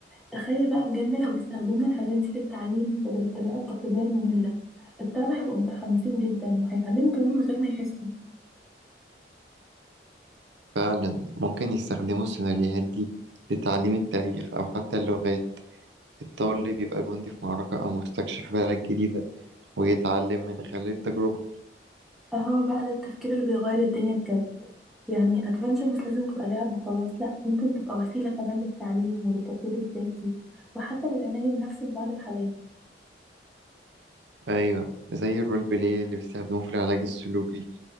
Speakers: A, in the centre; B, on the right.
A: تخيل بقى بجد لو استخدمنا الحاجات دي في التعليم بدل الطريقة التقليدية المملة الطلبة هيبقوا متحمسين جدا وهيتعلموا كمان من غير ما يحسوا
B: فعلا ممكن يستخدموا السيناريوهات دي لتعليم التاريخ أو حتى اللغات الطالب بيبقى جندي في معركة أو مستكشف في بلد جديدة ويتعلم من خلال التجربة
A: اهو بقى ده التفكير اللي بيغير الدنيا بجد يعني ادفنتشر مش لازم تبقى لعب وخلاص لا ممكن تبقى وسيلة كمان للتعليم وللتطوير الذاتي وحتى للعلاج النفسي في بعض الحالات
B: أيوة زي الرول بلاي اللي بيستخدموه في العلاج السلوكي